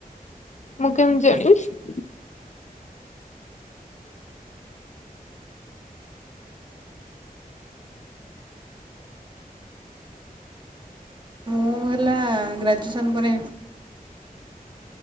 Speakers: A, on the left; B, on the right.
A: ମୁଁ କେମିତି ଜାଣିବି।
B: ମୁଁ ହେଲା ଗ୍ରାଜୁଏସନ୍ ପରେ